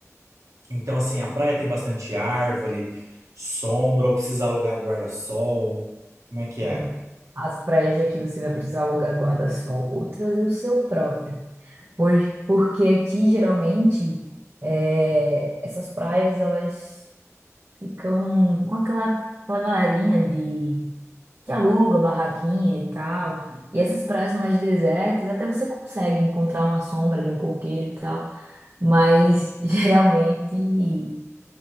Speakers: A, on the right; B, on the right.
A: Então, assim, a praia tem bastante árvore, sombra, ou precisa alugar guarda-sol. Como é que
B: então,
A: é?
B: As praias de aqui você vai precisar alugar guarda-sol, outras é o seu próprio. Por- Porque aqui, geralmente, é, essas praias, elas Ficam com aquela, aquela galerinha de que aluga barraquinha e tal. E essas praias mais desertas, até você consegue encontrar uma sombra de um coqueiro e tal, mas <laughs> geralmente